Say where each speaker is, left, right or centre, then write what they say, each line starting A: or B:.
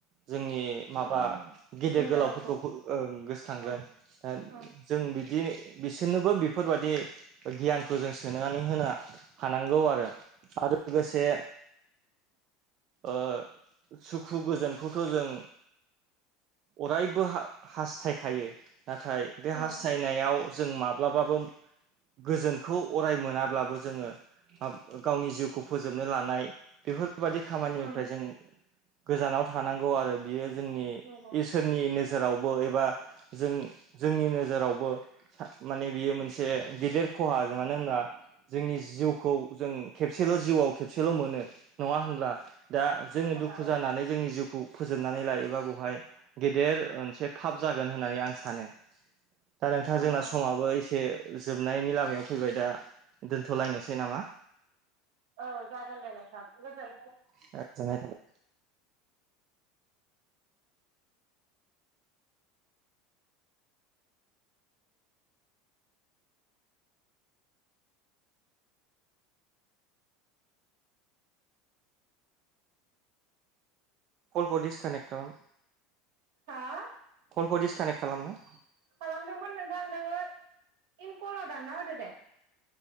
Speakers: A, on the right; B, on the right.
A: जोंनि माबा गेदेर
B: बुंनाय
A: गोलाव।
B: रावखौ
A: फोरफोरखौबो ओ- गोसोखांगोन।
B: औ
A: ओ-
B: ओं
A: जों बिदि बिसोरनोबो बेफोरबायदि गियानखौ जों सोनानै होना हानांगौ आरो आरो लोगोसे ओ-सुखु गोजोनखौथ' जों अराय बो-हा-हास्थायखायो नाथाय बे
B: औ
A: हास्थायनायाव जों माब्लाबाबो गोजोनखौ अराय मोनाब्लाबो जोङो। आब-गावनि जिउखौ फोजोबनो लानाय बेफोर बाददि खामानिनिफ्राय
B: ओं
A: जों गोजानाव थानांगौ आरो बियो जोंनि
B: नंगौ
A: इसोरनि नोज जोरावबो एबा जों जोंनि नोजोरावबो। माने बियो मोनसे गेदेर खहा मानो होनोबा जोंनि जिउखौ जों खेबसेल' जिउआव खेबसेल' मोनो नङा होनब्ला? दा जोङो
B: नंगौ
A: दुखु
B: दा औ
A: जानानै जोंनि जिउखौ फोजोबनानै लायोबा बेहाय गेदेर मोनसे फाब जागोन होननानै आं सानो। दा नोंथाङा
B: ओं
A: जोंना
B: ओं
A: समाबो एसे जोबनायनि लामायाव फैबाय दा दोनथ'लायनोसै नामा?
B: औ जागोन दे नोंथां। गोजोनाय
A: <unintelligible> कलखौ दिजकानेक्ट खालाम।
B: हा?
A: खलखौ डिसकानेक्ट खालामनाय।
B: खालामदोंमोन नोंथां नोङो इन कलाव दानना होदो दे।